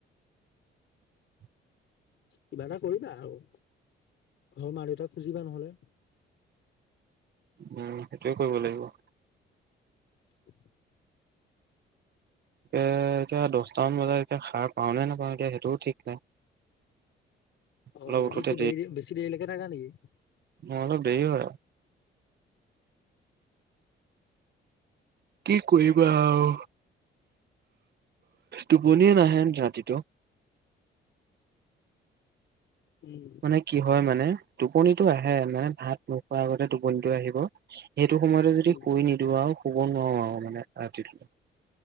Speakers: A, on the right; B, on the left.
A: <inaudible>
B: কিবা এটা কৰিবা আৰু। ঘৰৰ মা দেউতাক খুজিবা নহলে।
A: উম সেইটোয়ে কৰিব লাগিব।
B: <inaudible>
A: তে এতিয়া দচটামান বজাত এতিয়া সাৰ পাও নে নোপাওঁ এতিয়া সেইটোও ঠিক নাই।
B: অ
A: অলপ
B: ৰাতি
A: উঠোতে
B: কি বেৰি বেছি দেৰিলৈকে থাকা নেকি?
A: অ', অলপ দেৰি হয় কি কৰিবা আৰু। টোপনিয়ে নাহে ৰাতিটো।
B: উম,
A: মানে কি হয় মানে টোপনিটো আহে মানে
B: অ
A: ভাত নোখোৱাৰ আগতে টোপনিটো আহিব সেইটো সময়তে যদি
B: উম,
A: শুই নিদিওঁ আৰু শুব নোৱাৰো আৰু মানে ৰাতিটো।